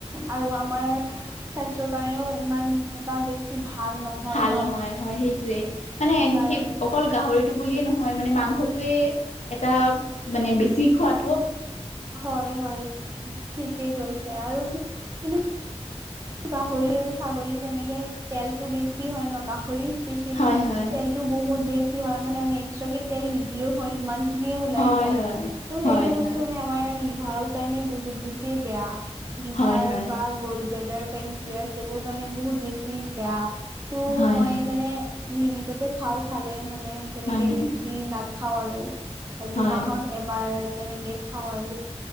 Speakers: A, on the right; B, on the left.
A: আৰু আমাৰ স্বাস্থ্যৰ কাৰণেও ইমান এটা বেছি ভাল নহয়
B: ভাল
A: ন
B: নহয় হয় সেইটোয়ে, মানে
A: কাৰণ
B: সেই অকল গাহৰিটো বুলিয়ে নহয় মানে মাংস এটা মানে বেছি খোৱাদ
A: হয় হয়, ঠিকেই গৈছে আৰু কিন্তু গাহৰি আৰু ছাগলী যেনেকে তেলতটো বেছি হয় ন গাহৰি সেলি
B: হয় হয়
A: তেলটো বহুত বেছি হয় মানে আমি এক্সট্ৰ কে তেল নিদিয়েও হয় ইমান। িনিয়ে ওলাই
B: হয়
A: যায়,
B: হয়
A: ত'
B: হয়
A: সেইটো
B: হয়
A: বস্তু মানে আমাৰ লিভাৰ কাৰণে বহুত বেছি বেয়া। ডিভাৰ
B: হয় হয়
A: বা গ'ল্ড ব্লেডাৰ পেণ্ কিয়ছ সবোৰ কাৰণে বহুত বেছি বেয়া। ত
B: হয়
A: মই
B: হয়
A: মানে লিমিটতে খাও, খালে মানে তেনেকে
B: হয় হয়
A: বেছি ন খাওঁ আৰু
B: হয়।
A: দুমাহত এবাৰ তেনেকে খাওঁ আৰু।